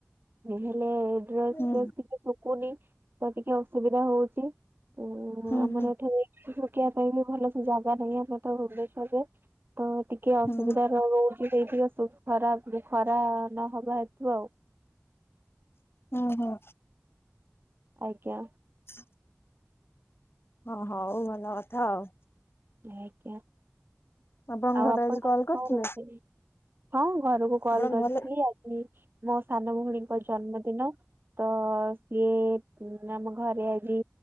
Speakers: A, on the right; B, on the left.
A: ହେଲେ ଡ୍ରେସ୍
B: ହୁଁ
A: ଫେସେ କିଛି ଶୁଖୁନି ତ ଟିକେ ଅସୁବିଧା ହଉଛି। ଓ
B: ହୁଁ
A: ଆମର
B: ହୁଁ
A: ଏଠି ନେଇକି ଶୋକିବା ପାଇଁ ବି ଭଲ ସେ ଜାଗା ନାହିଁ ଆମର ତ ଭୁବନେଶ୍ୱର ରେ। ତ ଟିକେ ଅସୁବିଧା
B: ହୁଁ
A: ରହୁଛି ସେଇଥି ଖରାପ ଖରା ନହବା ହେତୁ ଆଉ।
B: ଓ ହୋ।
A: ଆଜ୍ଞା।
B: ହ ହଁ ହୋଉ ଭଲ କଥା ଆଉ।
A: ଆଜ୍ଞା
B: ଆପଣଙ୍କ
A: ଆଉ
B: ଘରେ
A: ଆପଣ
B: କଲ୍
A: ଆଜି କଣ
B: କରିଥିଲେ
A: ରୋଷେଇ? ହଁ ଘରକୁ କଲ୍
B: ଆପଣଙ୍କ
A: କରିଥିଲି
B: ଘରେ
A: ଆଜି। ମୋ ସାନ ଭଉଣୀଙ୍କ ଜନ୍ମଦିନ ତ ସିଏ ଉଁ ଆମ ଘରେ ଆଜି